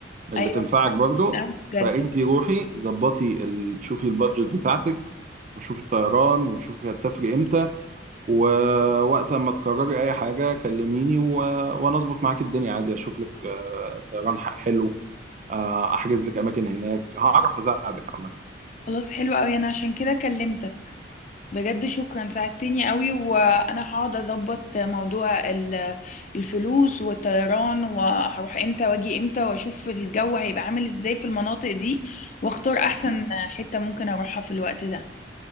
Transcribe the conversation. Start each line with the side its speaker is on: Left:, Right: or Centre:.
Right: اللي
Left: ايوه
Right: تنفعك برضو
Left: أنا بجد
Right: فانتي روحي ظبطي ال- شوفي البادجت بتاعتك وشوفي الطيران وشوفي هتسافري امتى ووقت ما تقرري اي حاجه كلميني و... وانا اظبط معاك الدنيا عادي اشوف لك آه طيران ح- حلو آه احجز لك اماكن هناك هعرف اساعدك عامه
Left: خلاص حلو قوي انا عشان كده كلمتك بجد شكرا ساعدتني قوي وانا هقعد اظبط موضوع ال- الفلوس والطيران وهروح امتى واجي امتى واشوف الجو هيبقى عامل ازاي في المناطق دي واختار احسن
Right: م.
Left: حتة ممكن اروحها في الوقت ده